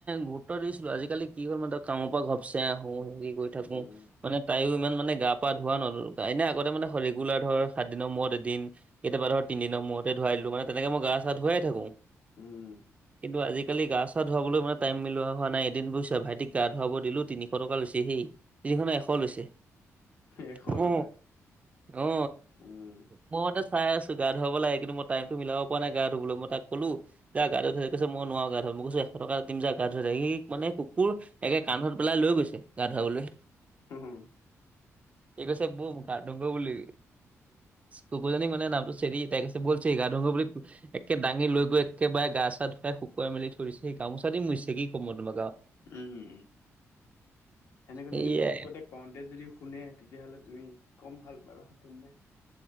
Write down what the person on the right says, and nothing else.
গুৰুত্ব দিছিলোঁ। আজিকালি কি হ'ল মানে ত' কামৰ পৰা ঘপছে আহো, কি কৰি থাকোঁ।
মানে তাইও ইমান মানে গা পা ধুৱা ন' তাই এনেই আগতে মানে শৰি ৰেগুলাৰ ধৰ সাত দিনৰ মূৰত এদিন কেতিয়াবা ধৰ তিনি দিনৰ মূৰতে ধুৱাই দিলোঁ, মানে তেনেকে মই গা চা ধুৱায়ে থাকোঁ।
কিন্তু আজিকালি গা চা ধুৱাবলৈ মানে টাইম মিলোৱা হোৱা নাই। এদিন বুইছা, ভাইটিক গা ধুৱাব দিলোঁ, তিনিশ টকা লৈছে সি। তিনিশ নহয় এশ লৈছে।
অ,
অ
মোৰ মতে চায়ে আছোঁ গা ধুৱাব লাগে কিন্তু মই টাইমটো মিলাব পৰা নাই গা ধুবলৈ, মই তাক ক'লো যা গাটো ধোৱাই, কৈছে মই নোৱাৰোঁ গা ধুৱাব মই কৈছোঁ এশ টকা দিম যা গা ধুৱাই দেগে। সি মানে কুকুৰ একে কান্ধত পেলাই লৈ গৈছে গা ধুৱাবলৈ।
সি কৈছে বৈ গা ধুও গৈ বুলি। কুকুৰজনী মানে নামটো চেৰি তাই কৈছে বৈ চেৰি গা ধোওঁ গৈ। একে দাঙি লৈ গৈ একেবাৰে গা চা ধুৱাই শুকুৱাই মেলি থৈ দিছে। সি গামোচা দি মোচিছে কি কম মই তোমাক আহ
সেয়াই